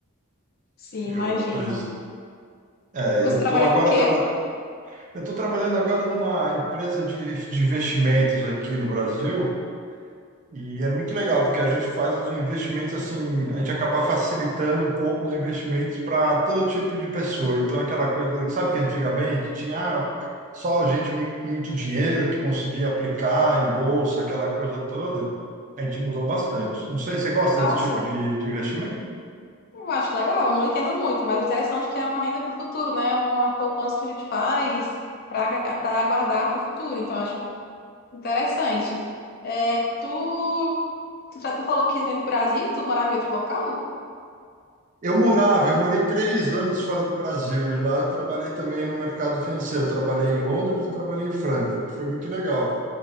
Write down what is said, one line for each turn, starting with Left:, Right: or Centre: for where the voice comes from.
Left: sim, imagino.
Right: Eu preso, é,
Left: Você
Right: eu
Left: trabalha
Right: tô agora
Left: com o quê?
Right: traba... eu tô trabalhando agora numa empresa de, de investimentos aqui no Brasil. E é muito legal, porque a gente faz os investimentos assim, a gente acaba facilitando um pouco os investimentos para todo tipo de pessoa. Então, aquela coisa, sabe que antigamente tinha ah, só gente muito, muito dinheiro que conseguia aplicar em bolsa, aquela coisa toda. A gente mudou bastante. Não sei, você gosta
Left: Nossa,
Right: desse tipo de, de investimento?
Left: eu acho legal, não entendo muito, mas é interessante é que é uma renda para o futuro, né? Uma poupança que a gente faz para guardar para o futuro. Então, eu acho interessante. É, tu, tu, tra- tu falou que veio do Brasil, tu morava em outro local?
Right: Eu morava, eu morei três anos fora do Brasil e lá eu trabalhei também no mercado financeiro. Eu trabalhei em Londres e trabalhei em Frankfurt. Foi muito legal.